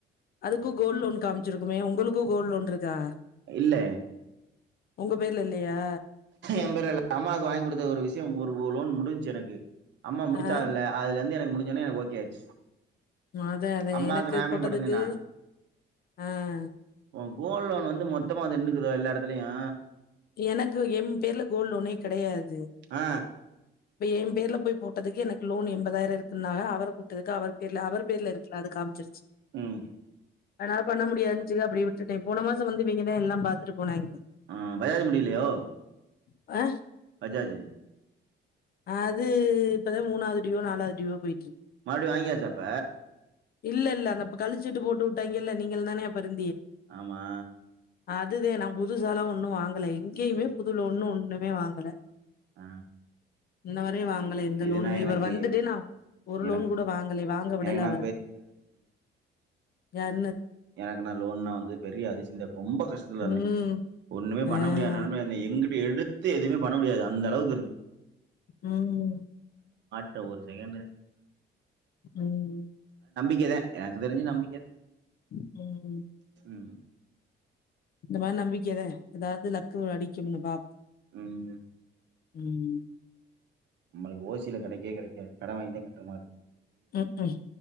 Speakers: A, on the left; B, on the right.
A: அதுக்கு கோல் லோன் காமிச்சிருக்குமே ஒங்களுக்கு கோல் லோன் இருக்கா
B: இல்ல
A: ஒங்க பேர்ல இல்லையா
B: என் பேர்ல் இல்ல அம்மாக்கு வாங்கி குடுத்த ஒரு விஷய ஒர் ஒரு லோன் முடிஞ்சு ஜறங்கு அம்மா முடிச்சாகல்ல
A: ஆ
B: அதுலருந்து எனக் முடிஞ்சொன்னே எனக் ஓகே ஆச்சு
A: அதே அதே
B: அம்மாக்கு
A: எனக்கு
B: நா எப்டி
A: போட்டதுக்கு
B: போட்டுந்தனா
A: ஆ
B: உ கோல் லோன் வந்து மொத்தமா அது என்னசொல்றது எல்லா எடத்லயு தல்லையா
A: எனக்கு எம் பேர்ல கோல் லோனே கெடையாது
B: அ
A: இப்ப என் பேர்ல போய் போட்டதுக்கு எனக்கு லோன் எண்பதாயிரோ இருக்குன்னாஹ அவரு ட்ருக்கு அவர் பேர்ல அவர் பேர்ல ருக்கு ஃபுலா அது காமிச்சிருச்சு
B: ம்
A: அதனால பண்ண முடியாதுனு சொல்லி அப்புடியே விட்டுட்டே போன மாசம் வந்து இவிங்கதா எல்லா பாத்துட்டு போனாங்
B: ஆ பயாது முடிலையோ
A: ஆ
B: பஜாஜு
A: அது ப்பதா மூணாவது டுயூவோ நாலாவது டுயூவோ போயிட்டு இருக்கு
B: மறுடியு வாங்கியாச்சாப்ப
A: இல்லல்ல அந்தப் கழிச்சிட்டு போட்டு வுட்டாங்கல்ல நீங்களு தான அப்ப இரு
B: ஆமா
A: அதுதே நா புதுசாலா ஒண்ணு வாங் கல எங்கேயுமே புதுல ஒன்னு ஒண்ணுமே வாங்கல
B: ஆ
A: ன்னவ வாங்கல எந்த
B: இதுனா
A: லோனுமே இவர்
B: எனக்கு
A: வந்துட்டு நா ஒரு
B: எனக்கு
A: லோன் கூட வாங்கல வாங்க விடல
B: எனக்குனா
A: அவரு யாரு
B: எனக்கு நா லோன்லா வந்து பெரிய அதிசயதா ரொம்ப கஷ்டத்துல இருந்தெ
A: ம்.
B: ஒண்ணுமே பண்ண
A: ஆ.
B: முடியாத நிலமைலருந் எங் எனங்கிட்ட எடுத்து எதுவுமே பண்ண முடியாது அந்த அளவுக்கு இருந்து
A: ம்
B: இந்தா ஒரு செகண்ட்
A: ம்
B: த எனக்கு தெரிஞ்சு நம்பிக்க
A: ம் ம்
B: ம்
A: இந்த மாதிரி நம்பிக்கைத ஏதாவது னு அடிக்கனு பா
B: ம்
A: ம்
B: நம்மளுக்கு ஓசியில கிடைக்கே கிடைக்காது கடை வாாங்கிதா கட்டுறமா இருக்கு
A: ம் ம்